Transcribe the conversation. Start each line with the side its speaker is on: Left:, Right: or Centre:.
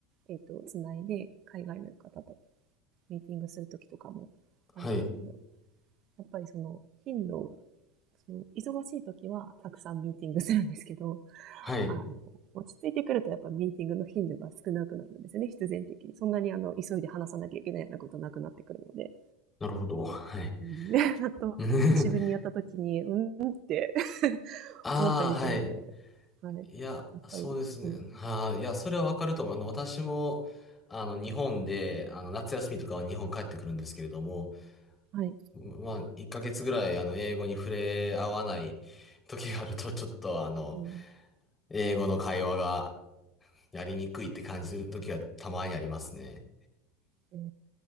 Right: えっ、と、つないで、海外の方とミーティングするときとかもあるんですけど、
Left: はい。
Right: やっぱりその頻度が、その忙しいときはたくさんミーティングするんですけど、
Left: はい。
Right: あの、落ち着いてくるとやっぱミーティングの頻度が少なくなるんですよね、必然的に。そんなにあの、急いで話さなきゃいけないようなことなくなってくるので。
Left: なるほど。はい。
Right: うん、<laughs> で、あと、
Left: <laughs>
Right: 久しぶりにやったときに、うんって
Left: ああ、
Right: 思ったりするので、
Left: はい。
Right: はい。や
Left: いや、
Right: っぱり、
Left: そうですね。
Right: うん。
Left: はあ、いや、それはわかると思う。あの、私も、あの、日本で、あの、夏休みとかは日本帰ってくるんですけれども、
Right: はい。
Left: まあ、1ヶ月ぐらい、あの、英語に触れ合わない時があると、ちょっと、あの、
Right: うん。
Left: 英語の会話がやりにくいって感じる時がたまにありますね。
Right: えーい